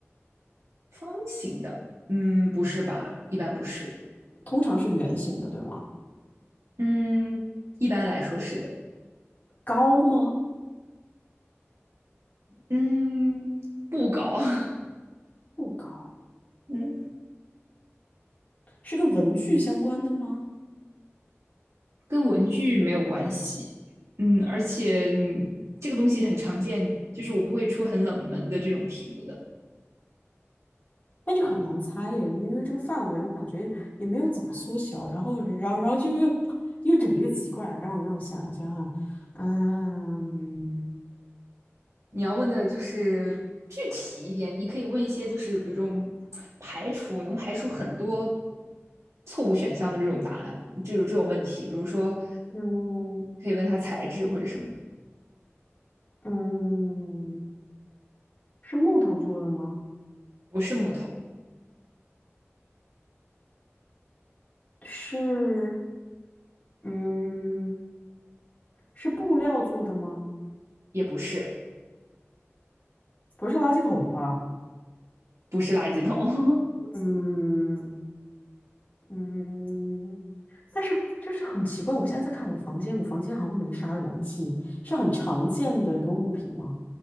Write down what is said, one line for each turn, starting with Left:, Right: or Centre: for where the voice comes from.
Right: 方形的，嗯，不是吧？一般不是。
Left: 通常是圆形的，对吗？
Right: 嗯，一般来说是的。
Left: 高吗？
Right: 嗯，不高。<laughs>
Left: 不高。
Right: 嗯，
Left: 是跟文具相关的吗？
Right: 跟文具没有关系。嗯，而且这个东西很常见，就是我不会出很冷门的这种题目的。
Left: 那这个很难猜耶，因为这个范围我感觉也没有怎么缩小，然后，然后，然后就越越整越奇怪了。让我让我想一下哈，嗯
Right: 你要问的就是具体一点，你可以问一些就是比如这排除能排除很多错误选项的这种答案，这种这种问题，比如说
Left: 嗯
Right: 可以问它材质或者什么的，
Left: 嗯，是木头做的吗？
Right: 不是木头，
Left: 是嗯是布料做的吗？
Right: 也不是，
Left: 不是垃圾桶吧？
Right: 不是垃圾桶，
Left: 嗯嗯，但是就是很奇怪，我现在在看我房间，我房间好像没啥容器，是很常见的一个物品吗？